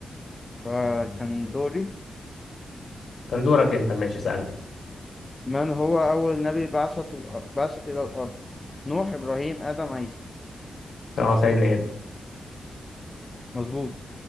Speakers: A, on the left; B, on the left.
A: فكان دوري
B: كان دورك انت ماشي اسألني
A: من هو أول نبي بعثت الأرض بعثت إلى الأرض نوح إبراهيم آدم عيسى
B: اه سيدنا ايه
A: مظبوط